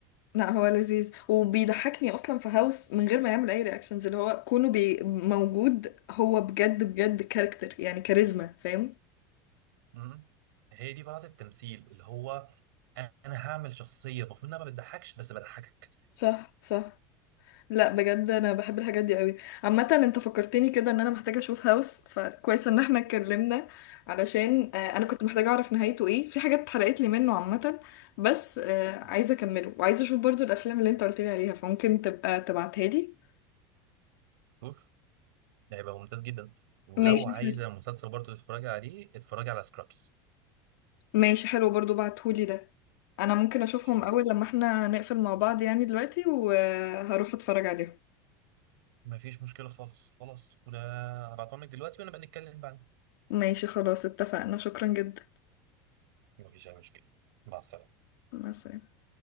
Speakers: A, on the left; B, on the right.
A: لا هو لذيذ وبيضحكني اصلا في هاوس من غير ما يعمل اي رياكشنز اللي هو كونه بي موجود هو بجد بجد كاركتر يعني كاريزما فاهم
B: مم. هي دي براءة التمثيل اللي هو انا هعمل شخصيه المفروض انها ما بتضحكش بس بضحكك
A: صح صح لا بجد انا بحب الحاجات دي قوي عامه انت فكرتني كده ان انا محتاجه اشوف هاوس فكويس ان احنا اتكلمنا علشان آه، انا كنت محتاجه اعرف نهايته ايه في حاجات اتحرقت لي منه عامه بس آه،
B: مم.
A: عايزه اكمله وعايزه اشوف برضو الافلام اللي انت قلت لي عليها فممكن تبقى تبعتها لي
B: شوف ده هيبقى ممتاز جدا ولو
A: ماشي
B: عايزه
A: حلو
B: مسلسل برضه تتفرجي عليه اتفرجي على سكرابس
A: ماشي حلو برضو بعتهولي ده انا ممكن اشوفهم
B: شوف
A: اول لما احنا نقفل مع بعض يعني دلوقتي وهروح اتفرج عليهم
B: مفيش مشكله خالص خلاص ولا هبعتهم لك دلوقتي وانا بقى نتكلم بعدين
A: ماشي خلاص اتفقنا شكرا جدا
B: مفيش اي مشكله مع السلامه
A: مع السلامه